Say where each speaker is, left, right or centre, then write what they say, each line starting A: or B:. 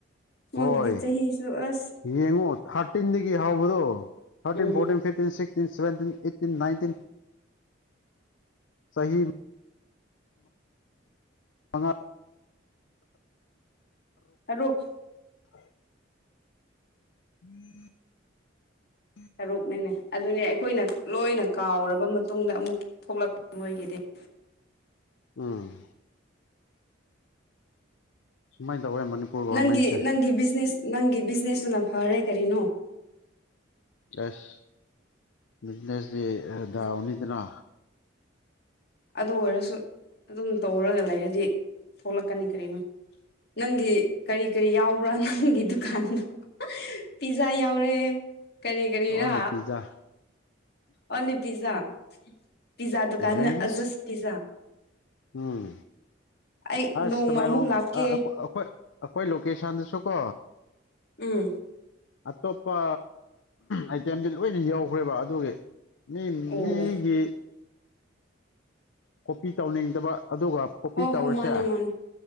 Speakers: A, on the left; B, on the left.
A: ꯃꯣꯏꯒꯤꯗꯤ
B: ꯍꯣꯏ
A: ꯆꯍꯤꯁꯨ ꯑꯁ
B: ꯌꯦꯡꯉꯣ ꯊꯥꯔꯇꯤꯟꯗꯒꯤ ꯍꯧꯕꯗꯣ thirteen
A: um
B: fourteen fifteen sixteen seventeen eighteen nineteen ꯆꯍꯤ ꯃꯉꯥ
A: ꯇꯔꯨꯛ
B: <inaudible> <inaudible>
A: ꯇꯔꯨꯛꯅꯤꯅꯦ ꯑꯗꯨꯅꯦ ꯑꯩꯈꯣꯏꯅ ꯂꯣꯏꯅ ꯀꯥꯎꯔꯕ ꯃꯇꯨꯡꯗ ꯑꯃꯨꯛ ꯊꯣꯛꯂꯛꯄ ꯃꯣꯏꯒꯤꯗꯤ <inaudible>
B: ꯎꯝ ꯁꯨꯃꯥꯏꯅ ꯇꯧꯋꯦ ꯃꯅꯤꯄꯨꯔ ꯒꯣꯔꯃꯦꯟꯁꯦ
A: ꯅꯪꯒꯤ ꯅꯪꯒꯤ ꯕꯤꯖꯤꯅꯦꯁ ꯅꯪꯒꯤ ꯕꯤꯖꯤꯅꯦꯁꯇꯨꯅ ꯐꯔꯦ ꯀꯔꯤꯅꯣ
B: ꯑꯦꯁ ꯕꯤꯖꯤꯅꯦꯁꯇꯤ ꯑ
A: ꯐꯖ
B: ꯗꯥꯎꯅꯤꯗꯅ
A: ꯑꯗꯨ ꯑꯣꯏꯔꯁꯨ ꯑꯗꯨꯝ ꯇꯧꯔꯒ ꯂꯩꯔꯗꯤ ꯊꯣꯛꯂꯛꯀꯅꯤ ꯀꯔꯤꯅꯣ ꯅꯪꯒꯤ ꯀꯔꯤ ꯀꯔꯤ ꯌꯥꯎꯕ꯭ꯔꯥ ꯅꯪꯒꯤ ꯗꯨꯀꯥꯟꯗꯣ ꯑ ꯄꯤꯖꯥ ꯌꯥꯎꯔꯦ ꯀꯔꯤ ꯀꯔꯤꯔꯥ
B: ꯑꯣꯟꯂꯤ ꯄꯤꯖꯥ
A: ꯑꯣꯂꯤ ꯄꯤꯖꯥ ꯄꯤꯖꯥ ꯗꯨꯀꯥꯟꯅ
B: ꯗ꯭ꯔꯤꯡꯁ
A: ꯑꯖꯁꯄꯤꯖꯥ
B: ꯎꯝ
A: ꯑꯩ
B: ꯑꯁ
A: ꯅꯣꯡꯃ
B: ꯇꯃꯦꯂꯣꯡ
A: ꯑꯃꯨꯛ ꯂꯥꯛꯀꯦ
B: ꯑ ꯑꯩꯈꯣꯏ ꯑꯩꯈꯣꯏ ꯑꯩꯈꯣꯏ ꯂꯣꯀꯦꯁꯟꯗꯨꯁꯨ ꯀꯣ
A: ꯎꯝ
B: ꯑꯇꯣꯞꯄ ꯑꯥꯏꯇꯦꯝꯗꯤ ꯂꯣꯏꯅ ꯌꯧꯈ꯭ꯔꯦꯕ ꯑꯗꯨꯒꯤ ꯃꯤ
A: ꯑꯣ
B: ꯃꯤꯒꯤ ꯀꯣꯄꯤ ꯇꯧꯅꯤꯡꯗꯕ ꯑꯗꯨꯒ ꯀꯣꯄꯤ
A: ꯍꯣꯏ
B: ꯇꯧꯔꯤꯁꯦ
A: ꯍꯣꯏ ꯃꯥꯅꯦ ꯃꯥꯅꯦ